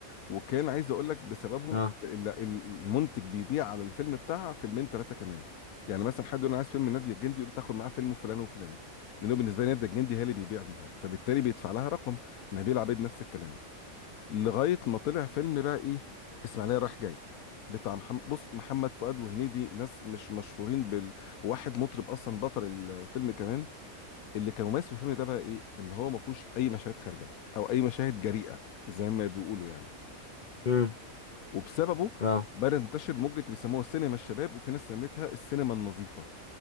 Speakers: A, on the left; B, on the left.
A: وكان عايز اقول لك بسببهم
B: اه
A: ال- ال- المنتج بيبيع على الفيلم بتاعها فيلمين ثلاثه كمان يعني مثلا حد يقول انا عايز فيلم ناديه الجندي يقول له تاخد معاه فيلم فلان وفلان لانه بالنسبه لي ناديه الجندي هي اللي بيبيع بيها فبالتالي بيدفع لها رقم نبيل عبيد نفس الكلام لغايه ما طلع فيلم بقى ايه اسماعيليه رايح جاي بتاع محمد بص محمد فؤاد وهنيدي ناس مش مشهورين بال واحد مطرب اصلا بطل الفيلم كمان اللي كان مميز في الفيلم ده بقى ايه ان هو ما فيهوش اي مشاهد خارجه او اي مشاهد جريئه زي ما بيقولوا يعني
B: امم
A: وبسببه
B: اه
A: بدأ ينتشر موجة بيسموها سينما الشباب وفي ناس سميتها السينما النظيفة